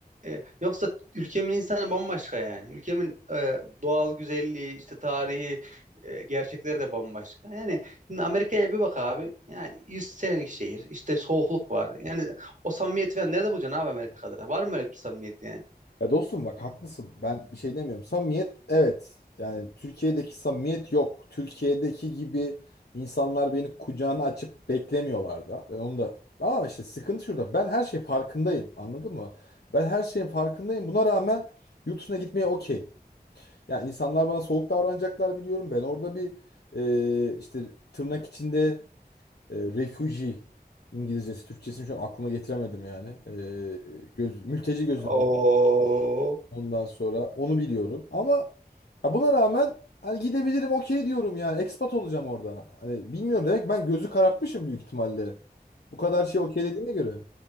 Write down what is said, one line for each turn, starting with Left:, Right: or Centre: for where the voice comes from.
Right: E, yoksa ülkemin insanı bambaşka yani. Ülkemin e, doğal güzelliği, işte tarihi, e, gerçekleri de bambaşka. Yani şimdi Amerika'ya bir bak abi. Yani 100 senelik şehir, işte soğukluk var. Yani o samimiyeti falan nerede bulacaksın abi Amerika'da? Var mı öyle bir samimiyet yani?
Left: Ya dostum bak haklısın. Ben bir şey demiyorum. Samimiyet evet. Yani Türkiye'deki samimiyet yok. Türkiye'deki gibi insanlar beni kucağına açıp beklemiyorlar da. Ben onu da ama işte sıkıntı şurada. Ben her şeyin farkındayım. Anladın mı? Ben her şeyin farkındayım. Buna rağmen yurt dışına gitmeye okeyim. Yani insanlar bana soğuk davranacaklar biliyorum. Ben orada bir e, işte tırnak içinde e, refugee İngilizcesi, Türkçesini şu an aklıma getiremedim yani. E, göz, mülteci gözüyle
Right: Oo.
Left: Ondan sonra onu biliyorum. Ama ya buna rağmen hani gidebilirim okey diyorum yani. Ekspat olacağım orada. Hani bilmiyorum demek ben gözü karartmışım büyük ihtimalle. Bu kadar şey okeylediğine göre.